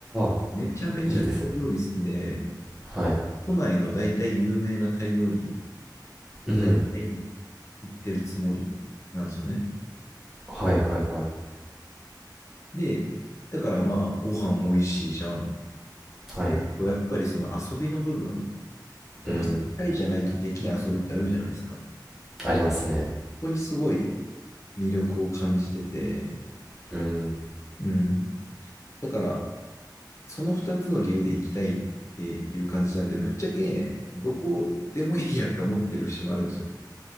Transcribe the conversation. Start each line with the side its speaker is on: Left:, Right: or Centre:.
Centre: あ、
Left: めちゃめちゃタイ料理好きで、
Centre: いいですね。はい。
Left: 都内の大体有名なタイ料理で大体い
Centre: うん。
Left: 行ってるつもりなんですよね。
Centre: はいはいはい。
Left: で、だからまあ、ご飯美味しいじゃん。
Centre: はい。
Left: でえっと、やっぱりその遊びの部分、やっぱ社会じゃないとできない遊びってあるじゃないですか。
Centre: うん。
Left: こ
Centre: ありますね。
Left: こにすごい魅力を感じてて、
Centre: うん。
Left: うん。だから、その2つの理由で行きたいっていう感じなんで、ぶっちゃけ、どこでもいいやって思ってる節もあるんですよ。